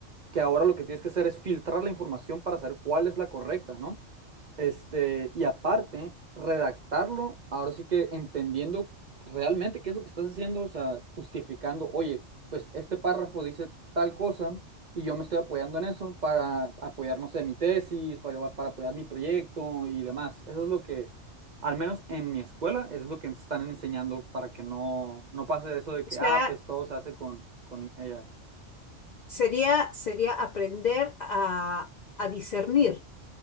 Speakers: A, on the right; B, on the left.
A: que ahora lo que tienes que hacer es filtrar la información para saber cuál es la correcta, ¿no? Este, y aparte, redactarlo, ahora sí que entendiendo realmente qué es lo que estás haciendo, o sea, justificando, oye, pues este párrafo dice tal cosa y yo me estoy apoyando en eso para apoyar, no sé, mi tesis, para, para apoyar mi proyecto y demás. Eso es lo que, al menos en mi escuela, eso es lo que están enseñando para que no, no pase eso de que,
B: O sea,
A: ah, pues todo se hace con, con AI.
B: sería, sería aprender a, a discernir.